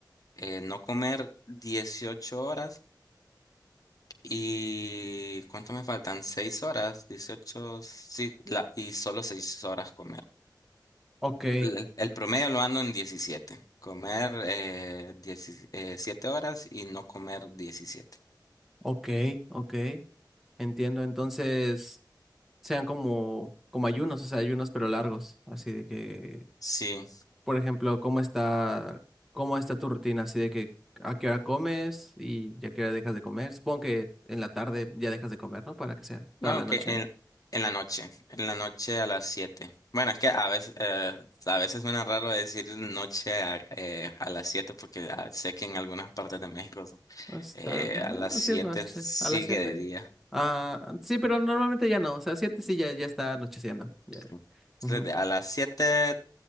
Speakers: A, on the left (about 50°); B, in the centre.
A: eh, no comer 18 horas y ¿cuánto me faltan? seis horas, 18 sí, la, y solo 6 horas comer.
B: Ok,
A: El, el promedio lo ando en diecisiete Comer eh, 17 horas y no comer diecisiete
B: ok, ok. Entiendo. Entonces, sean como, como ayunos, o sea, ayunos pero largos, así de que
A: Sí.
B: Por ejemplo, ¿cómo está, cómo está tu rutina? Así de que a qué hora comes y a qué hora dejas de comer. Supongo que en la tarde ya dejas de comer, ¿no? Para que sea
A: No,
B: toda la noche.
A: que en, en la noche, en la noche a las siete Bueno, es que a veces, eh, a veces suena raro decir noche a, eh, a las 7 porque ah, sé que en algunas partes de México
B: No Es
A: eh,
B: tarde.
A: a las
B: ah,
A: 7
B: sí es noche,
A: sigue
B: a las siete
A: de día.
B: Ah, sí, pero normalmente ya no. O sea, 7 sí ya, ya está anocheciendo. Ya.
A: sí. Entonces,
B: Ujú,
A: de- a las 7